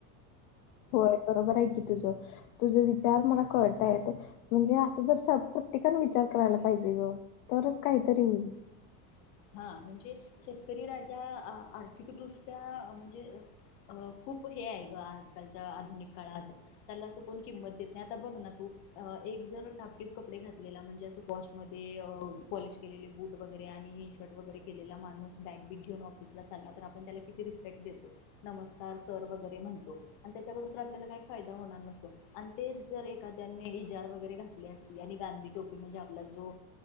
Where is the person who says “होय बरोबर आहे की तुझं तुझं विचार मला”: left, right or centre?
Left